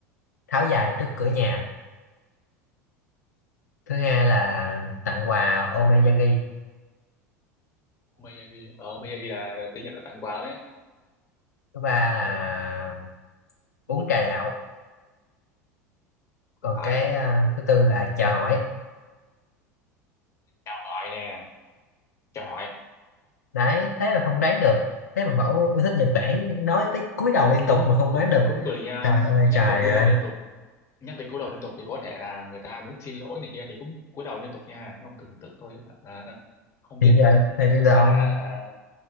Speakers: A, on the left (about 80°); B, on the left (about 35°).
A: tháo giày trước cửa nhà thứ hai là tặng quà omeyagi
B: ông bây giờ ghi ờ ông bây giờ ghi là tiếng Nhật là tặng quà đấy
A: thứ ba là uống trà đạo
B: không
A: còn
B: phải
A: cái à, thứ tư là chào hỏi
B: chào hỏi nè chào hỏi
A: đấy thế mà không đoán được thế mà bảo yêu thích Nhật Bản nói tới cúi đầu liên
B: cũng
A: tục mà không
B: cũng
A: đoán được
B: cũng tùy nha ông
A: trời ơi
B: nhắc
A: trời
B: tới cúi
A: ơi
B: đầu liên tục nhắc đến cúi đầu liên tục thì có thể là người ta muốn xin lỗi này kia thì cũng cúi đầu liên tục nha ông tưởng tượng tôi ấy, à, không biết
A: thì giờ
B: nhưng
A: thì bây
B: mà tôi
A: giờ
B: sợ
A: ông
B: là à,